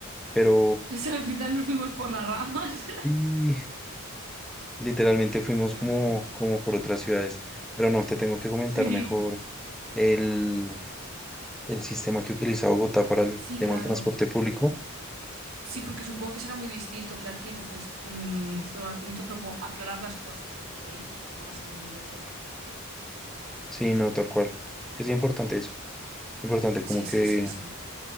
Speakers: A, in the centre; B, on the right.
A: pero
B: Es, al final nos fuimos por las ramas.
A: sí, literalmente fuimos
B: <laughs> Pero,
A: como,
B: jo.
A: como por otras ciudades, pero no, te tengo que comentar
B: Sí.
A: mejor el, el sistema que utiliza Bogotá para el
B: Sí,
A: tema
B: claro.
A: del transporte público,
B: Sí, porque supongo que será muy distinto que aquí, entonces mm, necesito, necesito como aclarar las cosas antes de ir, porque si no va a ser un lío tremendo.
A: Sí, no, tal cual. Es importante eso. Es importante
B: Sí,
A: como
B: sí,
A: que,
B: sí, sí.